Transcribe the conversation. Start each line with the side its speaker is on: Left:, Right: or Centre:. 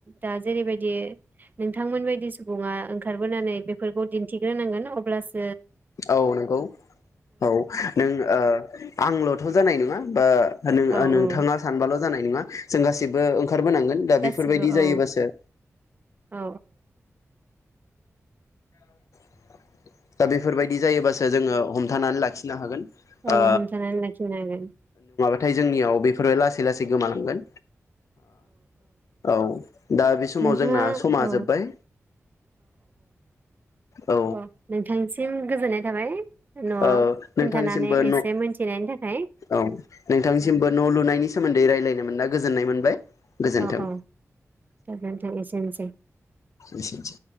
Right: दा जेरैबायदि नोंथांमोनबायदि सुबुङा ओंखारबोनानै बेफोरखौ दिन्थिग्रोनांगोन अब्ला स
Left: औ नंगौ औ नों आंलथ जानाय नङा बा आ नों
Right: औ
Left: नोंथाङा
Right: औ
Left: सानबा ल जानाय नङा जों गासिबबो ओंखारबोनांगोन दा
Right: गासिबो
Left: बेफोरबायदि
Right: औ
Left: जायोबासो
Right: औ
Left: <unintelligible> दा बेफोरबायदि जायोबासो जोङो हम थानानै लाखिनो हागोन
Right: औ
Left: ओ
Right: हमथानानै लाखिनो हागोन।
Left: नाथाय जोंनियाव बेफोरो लासै लासै गोमानांगोन। औ दा बे समाव
Right: नोंथाङा
Left: जोंना समा
Right: औ
Left: जोब्बाय। औ
Right: अ नोंथां। निसिम गोजोननाय थाबाय। न'
Left: औ
Right: खोन्थानानै
Left: नोंथांसिमबो न
Right: एसे मोनथिनायनि थाखाय
Left: औ नोंथांसिमबो न लुनायनि सोमोन्दै रायज्लायनो मोनना गोजोननाय मोनबाय। गोजोन्थों
Right: औ औ जागोनदे एसेनोसै।
Left: एसेनोसै